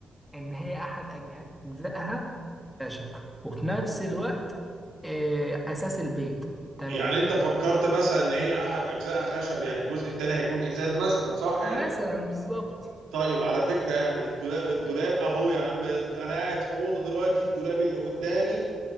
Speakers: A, in the centre; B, on the right.
A: ان هي احد أج- اجزائها خشب وفي نفس الوقت آه، اساس البيت تمام
B: يعني انت فكرت مثلا ان هي احد اجزائها خشب يعني الجزء التاني هيكون ازاز مثلا صح
A: مثلا
B: يعني
A: بالظبط
B: طيب على فكرة يعني الدولاب الدولاب اهو يا عم انا قاعد في اوضة دلوقتي الدولاب اللي قدامي